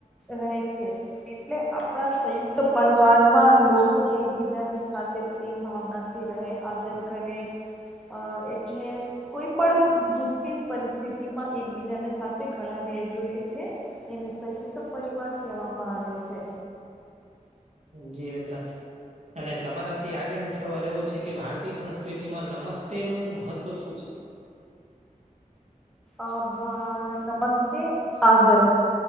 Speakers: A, in the centre; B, on the right.
A: રહે. છે, એટલે આપડા સંયુક્ત પરવારમાં લોકો એકબીજાને સાથે પ્રેમ ભાવનાથી રહે, આદર કરે, અ એટલે કોઈ પણ મુશ્કેલ પરિસ્થિતિમાં એકબીજાને, સાથે ખડા રહે, જોએ છે. એને સંયુક્ત પરિવાર કહેવામાં આવે છે.
B: જી મિત્ર. અને તમારાથી આગળની સવાલ એવો છે કે, ભારતીય સંસ્કૃતિમાં નમસ્તેનું મહત્વ શું છે.
A: અ ભા નમસ્તે આંદર.